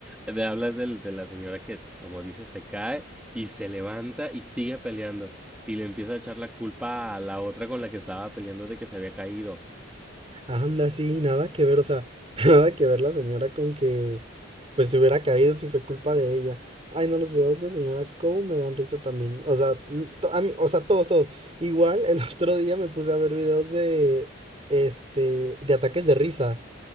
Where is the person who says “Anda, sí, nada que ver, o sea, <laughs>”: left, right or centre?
Right